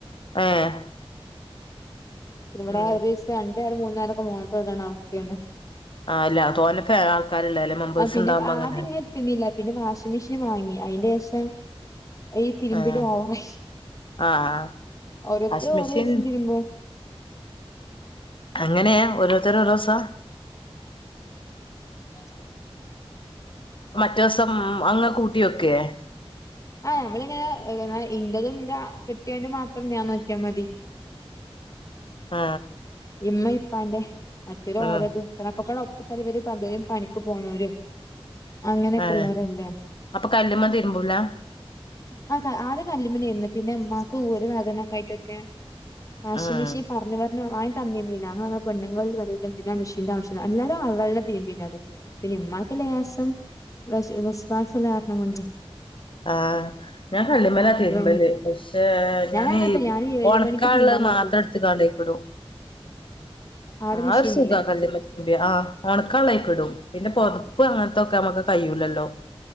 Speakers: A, on the left; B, on the left.
A: ഏഹ്
B: ഇവിടെ
A: ഉം
B: ഒരു ദിവസം അ ഞ്ച് നേരംമൂന്ന് നേരൊക്കെ മോട്ടർടേണ്ട അവസ്ഥയേന്നു
A: ആഹ് അല്ല തോനെ ഫേ ആൾക്കാരുള്ളല്ലേ മെമ്പേഴ്സ്
B: ആ പിന്നെ
A: ഉണ്ടാവുമ്പോ
B: ആദ്യ
A: അങ്ങനെയാണ്
B: ഇങ്ങനെ തിന്നില്ല പിന്നെ വാഷിംഗ്‌മെഷീൻ വാങ്ങി അയിന്റെ ശേഷം ഈ തിരുമ്പിലും
A: ആഹ്
B: ഓവറായ്ഓരേത്തര്
A: ആഹ് വാഷിംഗ്
B: ഓരോ
A: മെഷീൻ
B: സം തിരുമ്പും
A: അങ്ങനെഒരോ ര്ത്തര് ഓരോ സാ
B: അക്ക
A: പിറ്റേസം അ അങ്ങ്കൂട്ടി വെക്കെ
B: ആ നഞമ്മളിങ്ങനെ പിന്നെ ഇന്റെതും ഇന്റെ കെട്ടിയോന്റെ മാത്രം ഞാൻ നോക്കിയാ മതി
A: ആ
B: ഇമ്മ ഇപ്പാന്റെ മറ്റെര്ഓരത്
A: ഉം
B: പ്പനക്കെപ്പാടോ പെട്ട ന്ന് വര് പകരും പണിക്ക് പോണോരും അങ്ങനെയൊക്കെ
A: ഏഹ്
B: ഉള്ളോരല്ലേ
A: അപ്പൊ കല്ലുമ്മ തിരുമ്പൂല
B: ആ ആദ്യ കല്ല്മലേന്ന് പിന്നെ ഇമ്മാ ഇൻക്ക് ഉരവേദനക്കെ ആയിട്ടൊക്കെ വാഷിംഗ്
A: ഉം
B: മെഷീൻ പറഞ്ഞഞ് പറഞ്ഞ് ഹലോ ആ തന്നിന്നില്ല ങ്ങള് ങ്ങള്പെണ്ണുങ്ങൾ വറുതെന്തിനാ മെഷീൻന്റെ ആവശ്യം അല്ലാലും അവളുടെ തിര്ബീനത് പിന്നെ ഇമ്മാക്ക് ലേസം വെശ് വസ് വാസ് ള്ളാ രണം കൊണ്ട്
A: ആ ഞാൻ കല്ല്മ്മലാ തിരുമ്പല്
B: പിന്നെ
A: പക്ഷേ ഞാൻ
B: അങ്ങനത്തെ ഞാൻ ഏഴ്
A: ഓണക്കാള്ള
B: മണിക്ക് തിരുമ്പാൻ നിക്കും
A: മാത്രം ട്ത്ത് കാണ്ട് അയ്ക്ക് ടും
B: ആടെ മെഷീൻ
A: ആ ഒരു
B: ഉണ്ടല്ലേ
A: സുഖാ കല്ല് മ്മല് തിര്മ്പാആ ഒണക്കാള്ളആയ്ക്ക്ടും പിന്നെ പൊതപ്പ് അങ്ങൻത്തൊക്കെ നമ്മക്ക് കഴൂലല്ലോ